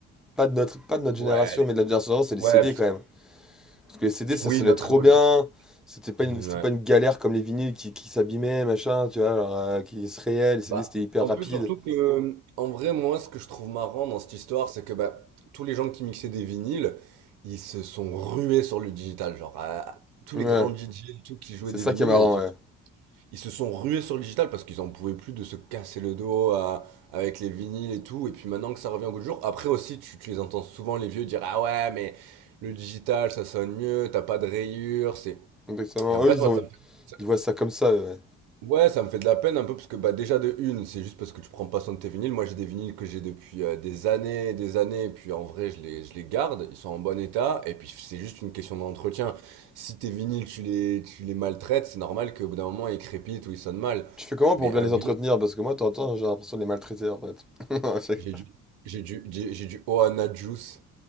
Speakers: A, in the centre; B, on the right (about 75°).
A: pas de notre, pas de notre génération,
B: ouais,
A: mais de la génération d'avant, c'est les
B: ouais,
A: CD
B: parce
A: quand
B: que-
A: même. Parce que les CD, ça
B: oui,
A: sonnait
B: notre
A: trop
B: révolution.
A: bien. C'était pas
B: Ouais.
A: une, c'était pas une galère comme les vinyles qui, qui s'abîmaient, machin, tu vois, genre, euh, qui se rayaient. Les CD,
B: Bah,
A: c'était hyper
B: en
A: rapide.
B: plus, surtout que, en vrai, moi, ce que je trouve marrant dans cette histoire, c'est que bah, tous les gens qui mixaient des vinyles, ils se sont rués sur le digital. Genre, à- tous
A: Ouais.
B: les grands DJ et tout qui jouaient
A: C'est
B: des
A: ça
B: vinyles,
A: qui est marrant, ouais.
B: Ils se sont rués sur le digital parce qu'ils en pouvaient plus de se casser le dos à- avec les vinyles et tout. Et puis maintenant que ça revient au goût du jour, après aussi, tu, tu les entends souvent, les vieux, dire Ah ouais, mais le digital, ça sonne mieux, t'as pas de rayures. C'est...
A: Exactement.
B: Et en
A: Eux,
B: fait,
A: ils
B: moi,
A: ont,
B: ça me fait,
A: Ils voient ça comme ça, eux, ouais.
B: Ouais, ça me fait de la peine un peu parce que bah déjà de une, c'est juste parce que tu prends pas soin de tes vinyles. Moi, j'ai des vinyles que j'ai depuis euh, des années, des années, et puis en vrai, je les, je les garde, ils sont en bon état, et puis c'est juste une question d'entretien. Si tes vinyles, tu les, tu les maltraites, c'est normal qu'au bout d'un moment, ils crépitent ou ils sonnent mal.
A: Tu fais comment
B: Mais
A: pour bien
B: un
A: les
B: vinyle,
A: entretenir? Parce que moi, t'entends, j'ai l'impression de les maltraiter, en fait. <laughs> C'est-
B: j'ai du, j'ai du, j'ai j'ai du Ohana Juice.